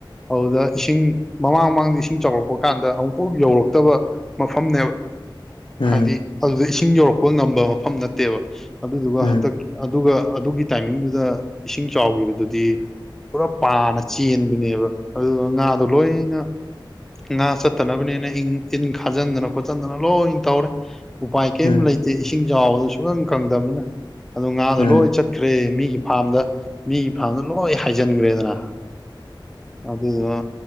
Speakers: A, in the centre; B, on the left.
A: ꯑꯗꯨꯗ ꯏꯁꯤꯡ ꯃꯃꯥꯡ ꯃꯃꯥꯡꯗ ꯏꯁꯤꯡ ꯆꯥꯎꯔꯛꯄ ꯀꯥꯟꯗ ꯑꯃꯨꯛꯐꯥꯎ ꯌꯧꯔꯛꯇꯕ ꯃꯐꯝꯅꯦꯕ
B: ꯎꯝ
A: ꯍꯥꯏꯗꯤ ꯑꯗꯨꯗ ꯏꯁꯤꯡ ꯌꯧꯔꯛꯄ ꯉꯝꯕ ꯃꯐꯝ ꯅꯠꯇꯦꯕ ꯑꯗꯨꯗꯨꯒ
B: ꯎꯝ ꯎꯝ ꯎꯝ
A: ꯍꯟꯇꯛ ꯑꯗꯨꯒ ꯑꯗꯨꯒꯤ ꯇꯥꯏꯃꯤꯡꯗꯨꯗ ꯏꯁꯤꯡ ꯆꯥꯎꯈꯤꯕꯗꯨ ꯄꯨꯔꯥ ꯄꯥꯅ ꯆꯦꯟꯕꯅꯦꯕ ꯑꯗꯨꯗꯨ ꯉꯥꯗꯣ ꯂꯣꯏꯅ ꯉꯥ ꯆꯠꯇꯅꯕꯅꯤꯅ ꯏꯪ ꯏꯟ ꯈꯥꯖꯤꯟꯗꯅ ꯈꯣꯠꯆꯟꯗꯅ ꯂꯣꯏ ꯇꯧꯔꯦ ꯎꯄꯥꯏ ꯀꯔꯤꯝ
B: ꯎꯝ
A: ꯂꯩꯇꯦ ꯏꯁꯤꯡ ꯆꯥꯎꯕꯗꯨ ꯁꯨꯛꯇꯪ ꯀꯪꯗꯕꯅꯤꯅ ꯑꯗꯨ ꯉꯥꯗꯣ
B: ꯎꯝ ꯎꯝ
A: ꯂꯣꯏ ꯆꯠ ꯠꯈ꯭ꯔꯦ ꯃꯤꯒꯤ ꯐꯥꯔꯝꯗ ꯃꯤꯒꯤ ꯐꯥꯔꯝꯗ ꯂꯣꯏ ꯍꯥꯏꯖꯤꯟꯈ꯭ꯔꯦꯗꯅ ꯑꯗꯨꯗꯨꯅ